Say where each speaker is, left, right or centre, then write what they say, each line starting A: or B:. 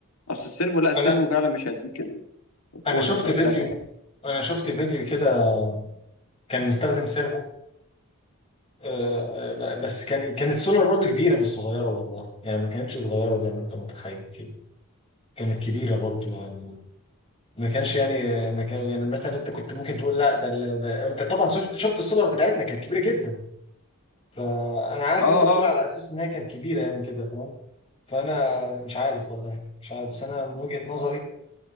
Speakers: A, on the left (about 90°); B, on the left (about 25°).
A: اصل السيرفو لا السيرفو
B: انا
A: فعلا مش هيديك ال- القوه
B: انا شفت
A: اللي انت محتاجها
B: فيديو
A: يعني
B: انا شفت فيديو كده كان مستخدم سيرفو آه، آه، بس كان كانت سولار برضه كبيره مش صغيره والله يعني ما كانتش صغيره زي ما انت متخيل كده كانت كبيره برضه يعني ما كانش يعني ما كان يعني مثلا انت كنت ممكن تقول لا ده, ال- ده انت طبعا شفت شفت السولار بتاعتنا كانت كبيره جدا فانا عارف
A: اه
B: ان انت بتقول
A: اه
B: على اساس ان هي كانت كبيره يعني كده فاهم فانا مش عارف والله مش عارف بس انا من وجهه نظري